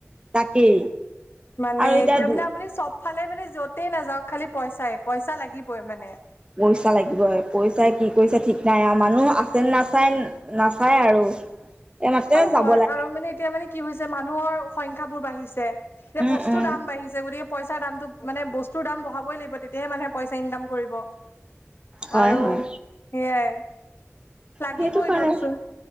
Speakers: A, on the right; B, on the left.
A: তাকেই
B: মানে
A: আৰু
B: এতিয়া
A: দু
B: মানে আপুনি চব ফালে মানে যতেই নাযাও খালি পইচাই পইচা লাগিবই মানে
A: পইচা লাগিবই পইচাই কি কৰিছে ঠিক নাই মানুহ আছে নাচায় নাচায় আৰু এই মাতে
B: আৰু হয়
A: যাব লাগে
B: আৰু মানে এতিয়া মানে কি হৈছে মানুহৰ সংখ্যা বোৰ বাঢ়িছে এতিয়া
A: উম
B: বস্তুৰ
A: উম
B: দাম বাঢ়িছে গতিকে পইচাৰ দামতো মানে বস্তু বস্তুৰ দাম বঢ়াবই লাগিব তেতিয়াহে মানুহে পইচা ইনকাম কৰিব আৰু
A: হয় হয়
B: সেয়াই লাগিবই
A: সেইটো কাৰণে
B: দিয়কচোন